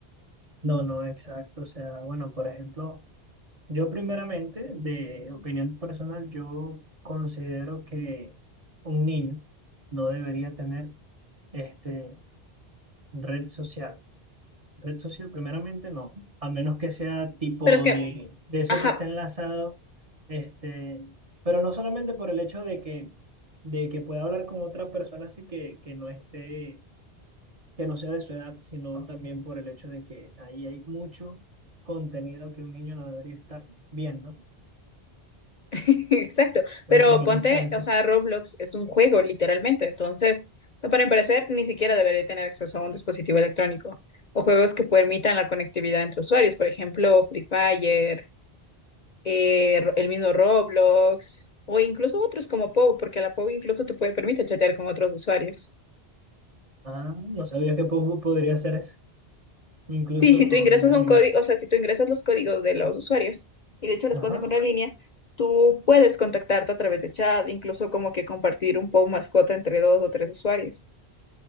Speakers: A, on the right (about 35°); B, on the left (about 45°).
A: No, no, exacto. O sea, bueno, por ejemplo, yo primeramente, de opinión personal, yo considero que un niño no debería tener este, red social. Red social, primeramente, no, a menos que sea tipo
B: Pero es que,
A: de, de eso
B: ajá,
A: que está enlazado, este, pero no solamente por el hecho de que, de que pueda hablar con otra persona así que, que no esté que no sea de su edad, sino también por el hecho de que ahí hay mucho contenido que un niño no debería estar viendo,
B: <laughs> exacto,
A: pero
B: pero
A: en primera
B: ponte,
A: instancia.
B: o sea, Roblox es un juego, literalmente, entonces, o sea, para empezar, ni siquiera debería tener acceso a un dispositivo electrónico o juegos que permitan la conectividad entre usuarios, por ejemplo, Free Fire, eh, ro- el mismo Roblox o incluso otros como POW, porque la POW incluso te puede permite chatear con otros usuarios.
A: Ah, no sabía que po- podría hacer eso, incluso,
B: Sí, si
A: pues,
B: tú ingresas
A: imagínate.
B: un código, o sea, si tú ingresas los códigos de los usuarios y de hecho los
A: Ajá.
B: puedes encontrar en línea, tú puedes contactarte a través de chat, incluso como que compartir un POW mascota entre dos o tres usuarios.